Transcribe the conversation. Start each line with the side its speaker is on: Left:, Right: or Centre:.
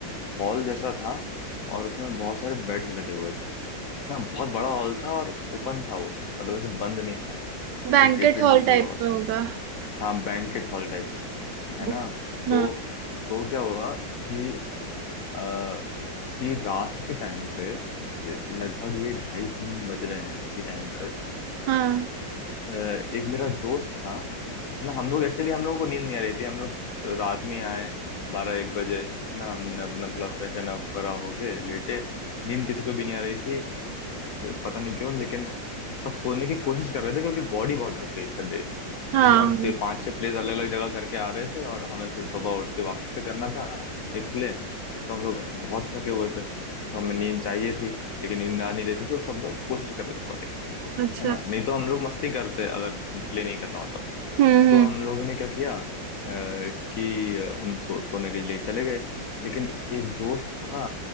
Left: हॉल जैसा था और उसमें बहुत सारे बेड्स लगे हुए थे ना बहुत बड़ा हॉल था और ओपन था वो मतलब ऐसे बंद नहीं था
Right: बैंकेट
Left: तो गेट वेट
Right: हॉल
Left: भी खुला
Right: टाइप
Left: हुआ था
Right: का होगा
Left: हाँ बैंकेट हॉल टाइप्स
Right: <laughs>
Left: है ना तो
Right: हाँ
Left: तो क्या हुआ कि आ, कि रात के टाइम पे ये- लगभग ये ढाई तीन बज रहे हैं इसी टाइम पे
Right: हाँ
Left: अ, एक मेरा दोस्त था ना हम लोग एक्चुअली हम लोगों को नींद नहीं आ रही थी हम लोग रात में आए बारह एक बजे है ना हमने अपना थोड़ा फ्रेशन अप करा होके लेटे नींद किसी को भी नहीं आ रही थी पता नहीं क्यों लेकिन सब सोने की कोशिश कर रहे थे क्योंकि बॉडी बहुत थक गई थक गई क्योंकि
Right: हाँ
Left: हम पे पांच छह प्लेस अलग अलग जगह करके आ रहे थे और हमें फिर सुबह उठ के वापस से करना था एक प्ले तो हम लोग बहुत थके हुए थे तो हमें नींद चाहिए थी लेकिन नींद आ नहीं रही थी तो सब लोग कोशिश कर रहे थे सोने की
Right: अच्छा
Left: है ना नहीं तो हम लोग मस्ती करते अगर प्ले नहीं करना होता तो
Right: हम्म
Left: तो हम लोगों ने क्या किया अ, कि अ, हम सो, सोने के लिए चले गए लेकिन एक दोस्त था